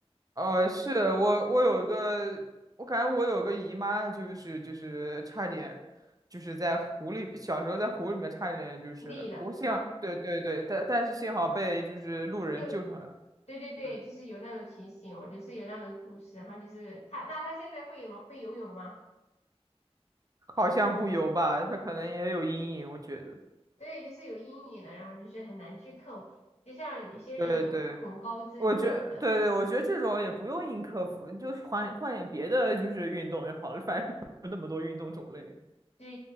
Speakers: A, on the right; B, on the left.
A: 哦，是我，我有一个，我感觉我有个姨妈，就是就是差点，就是在湖里，小时候在湖里面差点就是，
B: 累了是吧？
A: 不过幸好对对对，但但是幸好被就是路人救上来了，
B: 就对对对，
A: 对，
B: 就是有那种情形，我就是有那种故事，然后就是他，那他现在会吗？会游泳吗？
A: 好像不游吧，她可能也有阴影，我觉得，
B: 对，就是有阴影了，然后就是很难去克服，就像有些人有恐高症一样的，
A: 对对，我觉对对，我觉得这种也不用硬克服，就换换点别的就是运动就好了，反正 <laughs> 有那么多运动种类
B: 对，